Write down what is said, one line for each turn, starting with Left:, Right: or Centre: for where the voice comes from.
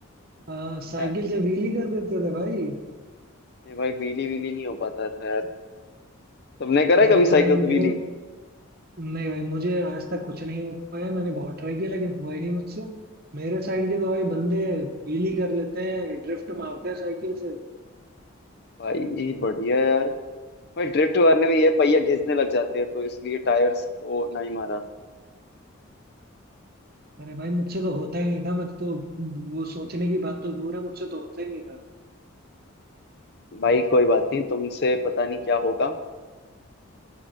Right: आ, साइकिल
Left: पता है
Right: से व्हीली कर देते थे भाई
Left: नहीं भाई व्हीली व्हीली नहीं हो पाता था यार तुमने करा है कभी
Right: अरे
Left: साइकिल
Right: भाई
Left: से
Right: मेरे
Left: व्हीली
Right: नहीं भाई मुझे आज तक कुछ नहीं हो पाया मैंने बहुत ट्राई किया लेकिन हुआ ही नहीं मुझसे मेरे साइड के तो भाई बंदे व्हीली कर लेते हैं ड्रिफ्ट मारते हैं साइकिल से
Left: भाई ये बढ़िया है यार भाई ड्रिफ्ट मारने में ये पहिया घिसने लग जाते हैं तो इसलिए टायर्स को नहीं मारा
Right: अरे भाई मुझसे तो होता ही नहीं था मैं तो वो सोचने की बात तो दूर है मुझसे तो होता ही नहीं था
Left: भाई कोई बात नहीं तुमसे पता नहीं क्या होगा